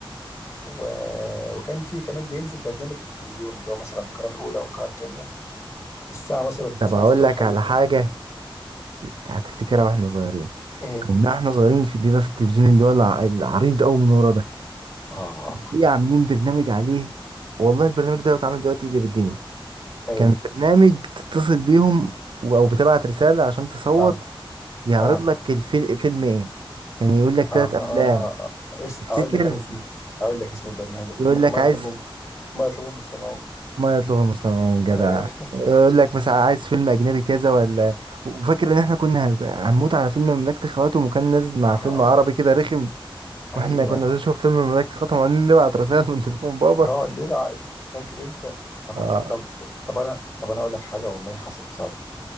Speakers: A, on the left (about 35°); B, on the right (about 60°).
A: و... وكان في كمان بينزل برنامج التلفزيون اللي هو مثلا القناه الاولى والقناه الثانيه الساعه مثلا 9
B: طب هقول
A: الصبح
B: لك
A: يجي
B: على حاجه هتفتكرها واحنا صغيرين
A: ايه
B: كنا احنا صغيرين في بيبقى في التلفزيون اللي هو الع- العريض قوي من ورا ده
A: اه
B: في عاملين برنامج عليه والله البرنامج ده بيتعمل دلوقتي اللي بالدنيا
A: ايه
B: كان برنامج تتصل بيهم و- او بتبعت رسالة عشان تصوت
A: اه
B: يعرض
A: اه
B: لك الفيلم فيلم ايه كان يقول لك ثلاث
A: آه
B: افلام
A: اس
B: تفتكر
A: أقول لك أنا اسم أقول لك اسم البرنامج
B: يقول
A: م-
B: لك
A: ما
B: عايز
A: يطلبه ما يطلبه مستمعون
B: ما يطلب المستمعون جدع
A: أيوه
B: يقول لك مثلا عايز فيلم اجنبي كذا ولا وفاكر ان احنا كنا هنبقى- هنموت على فيلم مملكة خواتم وكان نازل
A: <laughs>
B: مع
A: آه
B: فيلم عربي كده رخم
A: أيوه
B: واحنا كنا عايزين نشوف فيلم مملكة خواتم وبعدين نبعت رسائل من تليفون بابا
A: نقعد نلعب فاكر أنت طب
B: اه
A: طب طب أنا طب أنا أقول لك حاجة والله حصلت فعلا